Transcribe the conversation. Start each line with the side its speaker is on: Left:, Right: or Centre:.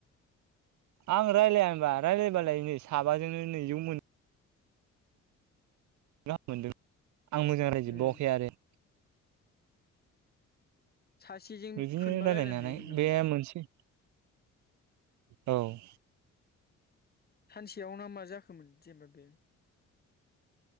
Right: आं रायलाया होनबा रायलायबालाय नै साबाजोंनो नैजौ मोनो गाम मोनदों। आं मोजां नायजोबावाखै
Left: उम
Right: आरो
Left: सासेजों
Right: बिदिनो
Left: खोनबा रायलायनो
Right: हानाय
Left: हायोमोन नामा
Right: बे मोनसे औ
Left: सानसेयाव ना मा जाखोमोन जेनेबा बे